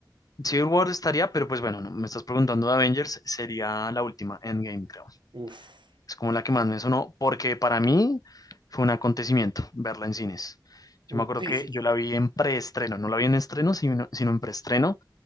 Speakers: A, on the left (about 50°); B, on the right (about 85°).
A: Civil War estaría, pero pues bueno, no, me estás preguntando de Avengers, sería la última, Endgame, creo.
B: Uf,
A: Es como la que más me sonó, porque para mí fue un acontecimiento verla en cines.
B: uf.
A: Yo me acuerdo
B: Sí,
A: que
B: sí,
A: yo
B: sí.
A: la vi en preestreno, no la vi en estreno, sino, sino en preestreno.